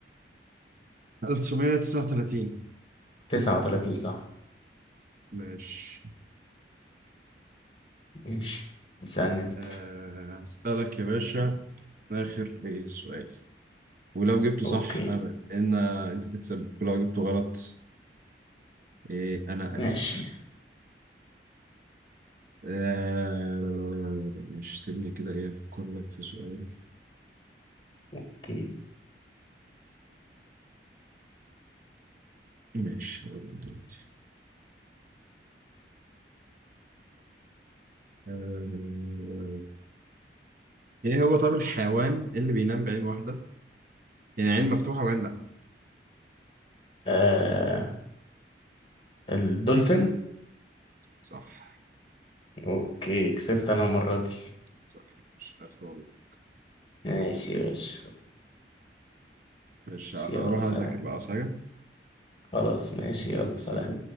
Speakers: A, on the right (about 50°); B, on the left (about 30°).
A: 1939
B: 39 صح
A: ماشي
B: ماشي اسألني انت
A: آه هسألك يا باشا آخر إيه سؤال ولو جبته صح
B: اوكي
A: أنا إن أنت تكسب ولو جبته غلط إيه أنا أكسب
B: ماشي
A: آه مش سيبني كده إيه أفكر لك في سؤال
B: اوكي
A: ماشي هقول لك دلوقتي. آه إيه هو طب الحيوان اللي بينام بعين واحدة يعني عين مفتوحة وعين لأ
B: آه الدولفين
A: صح
B: اوكي كسبت انا المرة دي
A: صح مش ألف مبروك
B: ماشي يا باشا
A: ماشي
B: ماشي،
A: أنا
B: يلا
A: هروح
B: سلام
A: أذاكر بقى عاوز حاجة
B: خلاص ماشي
A: يلا
B: يلا
A: سلام
B: سلام